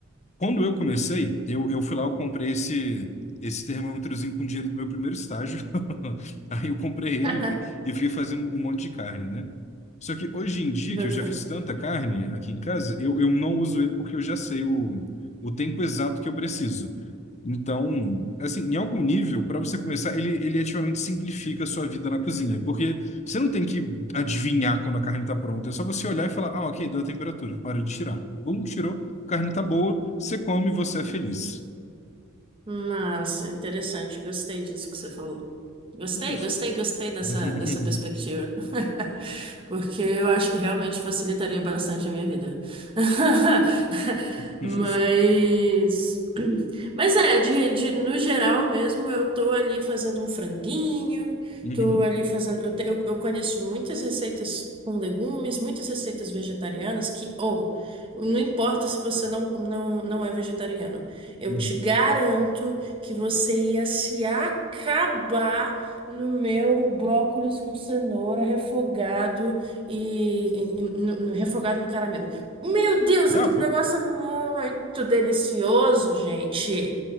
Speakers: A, on the left (about 30°); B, on the right (about 25°).
A: Quando eu comecei, eu, eu fui lá, eu comprei esse, esse termômetrozinho com dinheiro do meu primeiro estágio. <laughs> Aí eu comprei ele
B: <laughs>
A: e fui fazendo um monte de carne, né? Só que hoje em dia,
B: Boto
A: que eu já
B: fé.
A: fiz tanta carne aqui em casa, eu, eu não uso ele porque eu já sei o, o tempo exato que eu preciso. Então, assim, em algum nível, para você começar, ele, ele ativamente simplifica a sua vida na cozinha, porque você não tem que adivinhar quando a carne está pronta, é só você olhar e falar, ah, ok, deu a temperatura, hora de tirar. Bom, tirou. Carne tá boa, você come e você é feliz.
B: Massa, interessante. Gostei disso que você falou. Gostei,
A: Justo.
B: gostei, gostei dessa,
A: <laughs>
B: dessa perspectiva. <laughs> Porque eu acho que realmente facilitaria bastante a minha vida. <laughs>
A: Justo.
B: Mas. <clears throat> Mas é, de, de- no geral mesmo, eu tô ali fazendo um franguinho,
A: Uhum,
B: tô ali fazendo. Eu, te- eu, eu conheço muitas receitas com legumes, muitas receitas vegetarianas que, ou, não importa se você não, não, não é vegetariano. Eu
A: uhum.
B: te garanto que você ia se acabar no meu brócolis com cenoura refogado e, e- e- no- no- refogado no caramelo. Meu Deus,
A: Brabo,
B: aquele negócio é muito delicioso, gente.